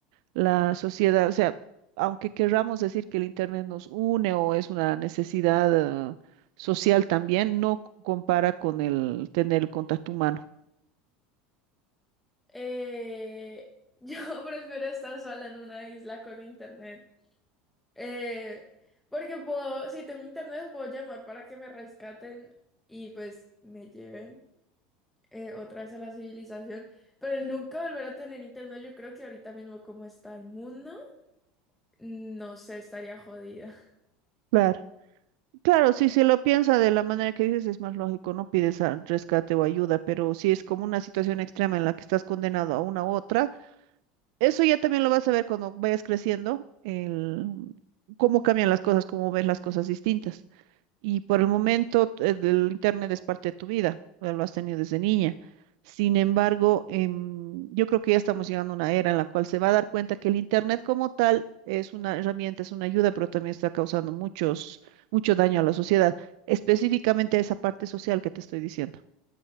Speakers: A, on the right; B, in the centre.
A: La sociedad, o sea, aunque querramos decir que el internet nos une o es una necesidad, eh, social también, no c- compara con el tener el contacto humano.
B: Eh, yo <laughs> prefiero estar sola en una isla con internet. Eh, porque puedo, si tengo internet, puedo llamar para que me rescaten y pues me lleven eh, otra vez a la civilización. Pero el nunca volver a tener internet, yo creo que ahorita mismo como está el mundo, no sé, estaría jodida.
A: Claro. Claro, si se lo piensa de la manera que dices, es más lógico, no pides a- rescate o ayuda, pero si es como una situación extrema en la que estás condenado a una u otra, eso ya también lo vas a ver cuando vayas creciendo, el, cómo cambian las cosas, cómo ves las cosas distintas. Y por el momento eh, el Internet es parte de tu vida, eh, lo has tenido desde niña. Sin embargo, em, yo creo que ya estamos llegando a una era en la cual se va a dar cuenta que el Internet como tal es una herramienta, es una ayuda, pero también está causando muchos, mucho daño a la sociedad, específicamente a esa parte social que te estoy diciendo,